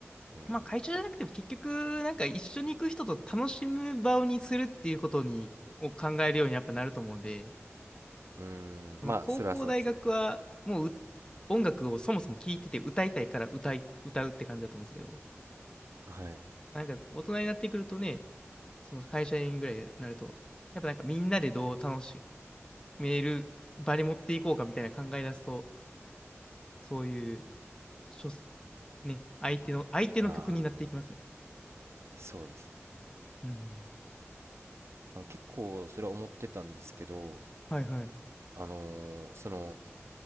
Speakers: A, on the right; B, on the left.
A: うん。
B: まあ、会社じゃなくても結局、なんか一緒に行く人と楽しむ場にするっていうことに、を考えるようにやっぱなると思うんで、
A: うー
B: その高校、
A: ん、まあ、それはそうですね。
B: 大学はもうう音楽をそもそも聴いてて歌いたいから歌い、歌うって感じだと思うんですけど、
A: はい。
B: なんか大人になってくるとね、その会社員ぐらいになると、やっぱなんかみんなでどう楽しめる場に持っていこうかみたいな考え出すと、そういう、諸ね、相手の、相手の曲になっていきますよね。
A: ああ、そうですね。
B: うん。
A: まあ、結構、それは思ってたんですけど、
B: はいはい。
A: あのーその、